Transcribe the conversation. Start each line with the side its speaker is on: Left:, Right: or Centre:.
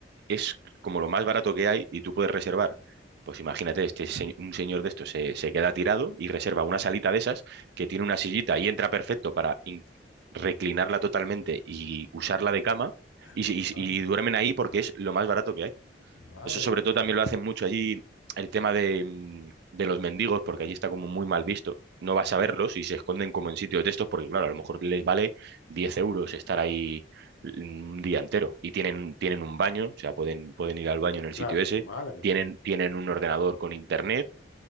Right: es como lo más barato que hay y tú puedes reservar. Pues imagínate, este se- un señor de estos se, se queda tirado y reserva una salita de esas que tiene una sillita y entra perfecto para in- reclinarla totalmente y usarla de cama
Left: <laughs>
Right: y, se- y
Left: Madre,
Right: y duermen ahí porque es lo más barato que hay.
Left: madre
Right: Eso sobre
Left: mía.
Right: todo también lo hacen mucho allí el tema de, mm, de los mendigos, porque allí está como muy mal visto. No vas a verlos y se esconden como en sitios de estos, porque claro, a lo mejor les vale 10 euros estar ahí mm, un día entero. Y tienen, tienen un baño, o sea, pueden, pueden ir al baño en el
Left: Claro,
Right: sitio ese.
Left: madre
Right: Tienen,
Left: mía.
Right: tienen un ordenador con internet,